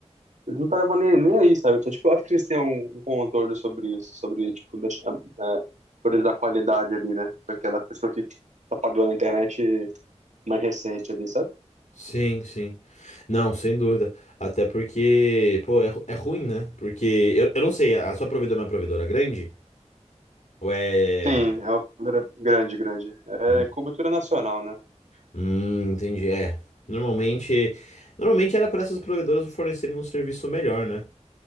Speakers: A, on the right (about 85°); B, on the left (about 80°).
A: eles não estavam nem, nem aí, sabe? Então, tipo, eu acho que eles têm um, um controle sobre isso, sobre, tipo, deixar, é, priorizar a qualidade ali, né? Pra aquela pessoa que tá pagando a internet mais recente ali, sabe?
B: Sim, sim. Não, sem dúvida. Até porque, pô, é, ru- é ruim, né? Porque eu, eu não sei, a sua provedora é uma provedora grande? Ou é.
A: Sim, é uma gra- grande, grande. É
B: Hum,
A: cobertura nacional, né?
B: hum, entendi. É. Normalmente. Normalmente era para essas provedoras fornecerem um serviço melhor, né?